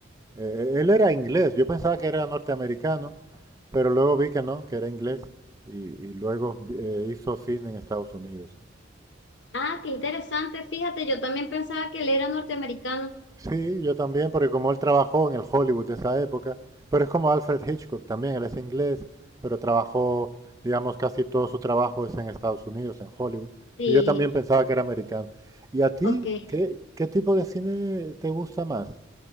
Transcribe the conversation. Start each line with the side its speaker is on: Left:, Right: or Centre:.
Right: Eh, eh, él era inglés, yo pensaba que era norteamericano, pero luego vi que no, que era inglés y, y luego eh, hizo cine en Estados Unidos.
Left: Ah, qué interesante, fíjate, yo también pensaba que él era norteamericano.
Right: Sí, yo también, porque como él trabajó en el Hollywood de esa época, pero es como Alfred Hitchcock también, él es inglés, pero trabajó, digamos, casi todo su trabajo es en Estados Unidos, en Hollywood.
Left: Sí,
Right: Y yo también pensaba que era americano. ¿Y a ti
Left: ok.
Right: qué, qué tipo de cine te gusta más?